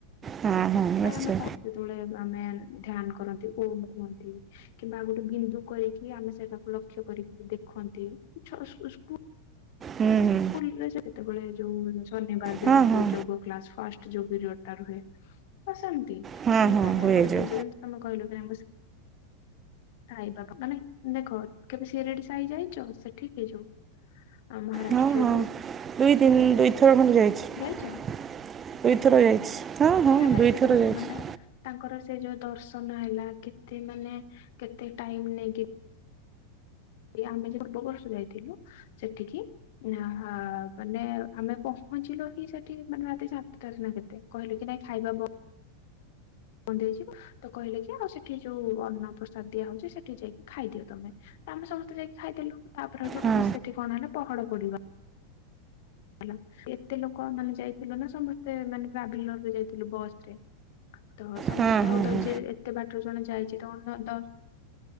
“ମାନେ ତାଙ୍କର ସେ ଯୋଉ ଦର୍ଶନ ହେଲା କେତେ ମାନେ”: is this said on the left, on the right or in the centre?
Left